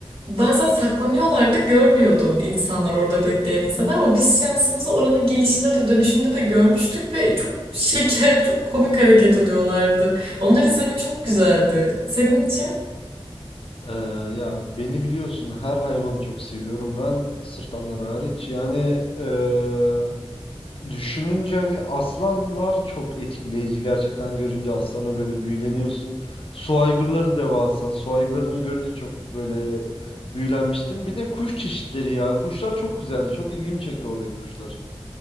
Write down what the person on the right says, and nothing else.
bazen saklanıyorlardı görmüyordu insanlar orada bekleyen insanlar ama biz şansımızı oranın gelişinde de dönüşünde de görmüştük ve çok şeker çok komik hareket ediyorlardı. Onları izlemek çok güzeldi. Senin için?